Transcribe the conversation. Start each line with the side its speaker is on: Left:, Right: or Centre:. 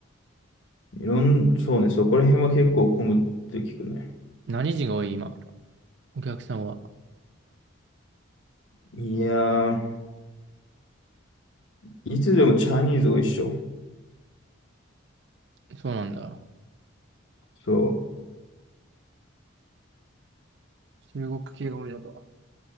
Left: いろん、そうね、そこら辺は結構混むって聞くね。
Right: 何時が多い、今。お客さんは。
Left: いやー、いつでもチャイニーズ多いっしょ。
Right: そうなんだ。
Left: そ
Right: 中国系が多いのか。